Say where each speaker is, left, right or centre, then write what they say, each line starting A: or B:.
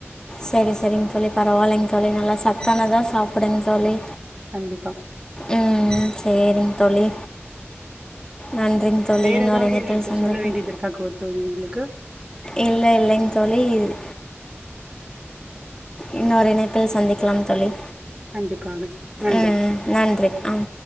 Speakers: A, on the left; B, on the right.
A: செரி செரிங் தோழி பரவாயலைங்க தோழி நல்லா சத்தானதா சாப்டுங்க தோழி
B: கண்டிப்பா
A: ம் செரிங் தோழி நன்றிங்க தோழி
B: வேற
A: இன்னொரு
B: ஏதாவது
A: இணைப்பில்
B: உங்களுக்கு
A: சந்திப்போம்
B: சொல்ல வேண்டியதுருக்கா கோத் தோழி உங்களுக்கு
A: இல்லை இல்லைங்க தோழி இது இன்னொரு இணைப்பில் சந்திக்கலாம் தோழி
B: கண்டிப்பாக நன்றி
A: ம் நன்றி ஆ